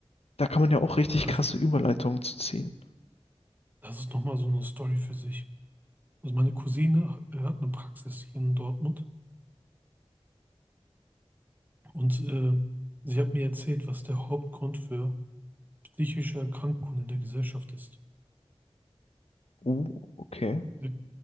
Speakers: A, on the left; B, on the right.
A: Da kann man ja auch richtig
B: Und das,
A: krasse Überleitungen zu ziehen.
B: das ist nochmal so eine Story für sich. Also meine Cousine äh, hat eine Praxis hier in Dortmund und äh, sie hat mir erzählt, was der Hauptgrund für psychische Erkrankungen in der Gesellschaft ist.
A: Oh, okay.
B: Die,